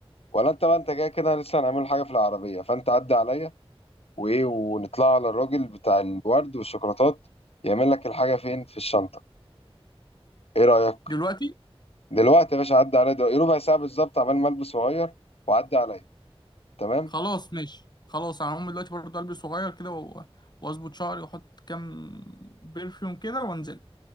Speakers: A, on the left; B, on the left.
A: ولا أنت بقى أنت جاي كده لسه هنعمل حاجة في العربية فأنت عدي عليا وإيه ونطلع على الراجل بتاع الورد والشوكولاتات يعمل لك الحاجة فين في الشنطة إيه رأيك؟
B: دلوقتي
A: دلوقتي يا باشا عدى عليا دلوقتي إيه ربع ساعة بالظبط عمال ما البس واغير وعدى عليا تمام
B: خلاص ماشي خلاص انا هقوم دلوقتي برضه البس صغير كده و- واظبط شعري واحط كام برفيوم كده وانزل